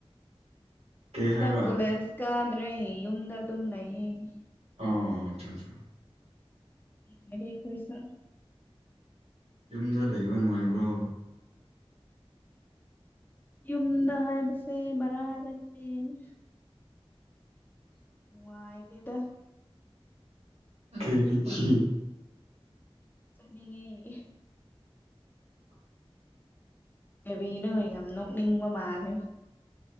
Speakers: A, on the right; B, on the left.
A: ꯀꯩ
B: ꯍꯟꯗꯛ
A: ꯍꯥꯏꯒ
B: ꯀꯣꯂꯦꯖ ꯀꯥꯗ꯭ꯔꯦ ꯌꯨꯝꯗ ꯑꯗꯨꯝ ꯂꯩꯌꯦ
A: ꯑ ꯑ ꯑꯆꯥ ꯑꯆꯥ
B: ꯋꯥꯔꯦ ꯄꯩꯁꯥ
A: ꯌꯨꯝꯗ ꯂꯩꯕ ꯅꯨꯡꯉꯥꯏꯕ꯭ꯔꯣ
B: ꯌꯨꯝꯗ ꯍꯥꯏꯕꯁꯦ ꯕꯔꯔ ꯂꯩꯅꯦ ꯅ ꯑꯥꯏꯗꯦꯗ
A: ꯀꯦꯔꯤ ꯍ
B: ꯅꯤꯡꯉꯦ ꯀꯦꯕꯤꯅ ꯌꯥꯝ ꯅꯣꯛꯅꯤꯡꯕ ꯃꯥꯜꯂꯦ